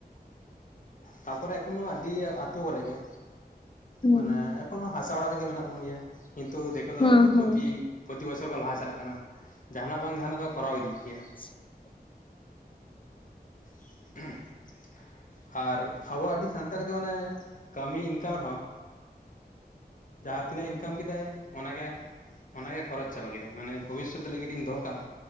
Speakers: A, on the left; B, on the left.
A: ᱛᱟᱯᱚᱨᱮ ᱮᱠᱷᱚᱱᱳ ᱟᱹᱰᱤ ᱟᱛᱩ ᱨᱮ ᱜᱮ
B: ᱦᱩᱸ
A: ᱢᱟᱱᱮ ᱮᱠᱷᱚᱱᱳ ᱦᱟᱥᱟ ᱚᱲᱟᱜ ᱨᱮ ᱜᱮ ᱢᱮᱱᱟᱜ ᱵᱚᱱ ᱜᱮᱭᱟ ᱠᱤᱱᱛᱩ ᱫᱮᱠᱳ ᱫᱚ
B: ᱦᱩᱸ
A: ᱯᱚᱛᱤ
B: ᱦᱩᱸ
A: ᱯᱨᱚᱛᱤ ᱵᱚᱪᱷᱚᱨ ᱠᱚ ᱞᱟᱦᱟ ᱪᱟᱞᱟᱜ ᱠᱟᱱᱟ ᱡᱟᱦᱟᱱᱟᱜ ᱵᱟᱝ ᱡᱟᱦᱟᱱᱟᱜ ᱫᱚ ᱠᱚᱨᱟᱣ ᱤᱫᱤᱭᱮᱜ ᱜᱮᱭᱟ
B: <inaudible>
A: <unintelligible> ᱟᱨ ᱟᱵᱚ ᱟᱹᱰᱤ ᱥᱟᱱᱛᱟᱲ ᱜᱮ ᱢᱚᱱᱮ ᱠᱟᱹᱢᱤ ᱤᱱᱠᱟᱢ ᱨᱮᱦᱚᱸ ᱡᱟᱦᱟᱸ ᱛᱤᱱᱟᱹᱜ ᱤᱱᱠᱟᱢ ᱠᱮᱫᱟᱭ ᱚᱱᱟᱜᱮ ᱚᱱᱟᱜᱮ ᱠᱷᱚᱨᱚᱪ ᱪᱟᱵᱟ ᱠᱮᱫᱟᱭ ᱢᱟᱱᱮ ᱵᱷᱚᱵᱤᱥᱚᱛ ᱞᱟᱹᱜᱤᱫ ᱤᱧ ᱫᱚᱦᱚ ᱠᱟᱜᱼᱟ,